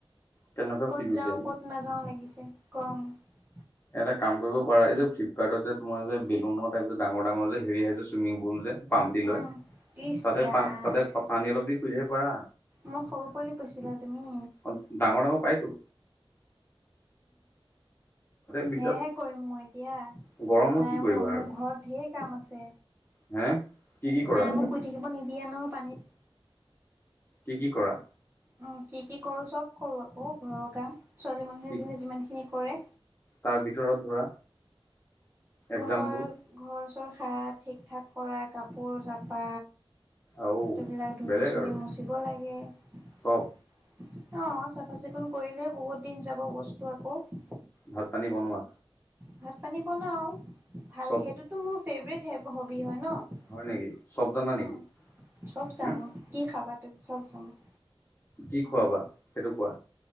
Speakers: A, on the left; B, on the right.
A: কেনেকুৱা
B: ক'ত
A: ফিল হৈছে?
B: যাওঁ ক'ত নাযাওঁ লাগিছে গৰমত।
A: এটা কাম কৰিব পাৰা এই যে ফ্লিপকাৰ্টত যে তোমাৰ যে বেলুনৰ টাইপ যে ডাঙৰ ডাঙৰ যে হেৰি আহ যে চুইমিং পুল যে পাম্প দি
B: উম
A: লৈ
B: ইচ
A: তাতে
B: ৰাম
A: পা তাতে পানী অলপ দি শুই থাকিব পাৰা।
B: মোক সৰু পোৱালি পাছিলা তুমি?
A: অ' ডাঙৰ ডাঙৰ পায়তো। বিন্দাছ
B: হেয়াহে কৰিম মই এতিয়া।
A: গৰমত
B: নাই
A: কি কৰিবা
B: মোৰ মোৰ
A: আৰু
B: ঘৰত ঢেৰ কাম আছে।
A: হে কি কি কৰা
B: মায়ে মোক শুই থাকিব নিদিয়ে নহয় পানীত।
A: কি কি কৰা?
B: উম, কি কি কৰোঁ চব কৰোঁ আকৌ ঘৰৰ কাম, ছোৱালী মানুহে
A: কি
B: যে যিমানখিনি কৰে।
A: তাৰ ভিতৰত ধৰা এক্জাম্পল
B: ঘৰ, ঘৰ চৰ সাৰা, ঠিক ঠাক কৰা, কাপোৰ জাপা।
A: আৰু
B: ধূলা ধূলি
A: বেলেগ
B: চুলি
A: আৰু
B: মচিব লাগে। অ'
A: চব
B: চাফা চিকুণ কৰিলে বহুত দিন যাব বস্তু আকৌ।
A: ভাত পানী বনোৱা
B: ভাত পানী বনাওঁ। ভাল,
A: চব
B: সেইটোতো মোৰ ফেভৰেট হবি হয় ন'।
A: হয় নেকি চব জানা
B: উম,
A: নেকি
B: চব জানো,
A: হম
B: কি খাবা তুমি চব জানো।
A: কি খোৱাবা সেইটো কোৱা?